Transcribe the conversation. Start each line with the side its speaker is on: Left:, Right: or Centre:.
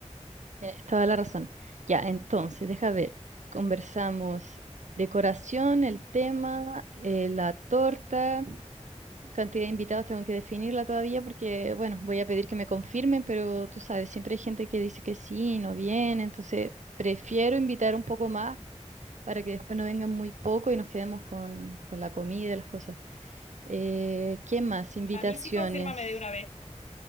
Right: Tienes toda la razón. Ya, entonces, deja ver. Conversamos decoración, el tema, eh, la torta. cantidad de invitados tengo que definirla todavía porque, bueno, voy a pedir que me confirmen, pero tú sabes, siempre hay gente que dice que sí y no viene, entonces prefiero invitar un poco más para que después no vengan muy poco y nos quedemos con, con la comida y las cosas. Eh, ¿qué más? Invitaciones.
Left: A mí sí confírmame de una vez.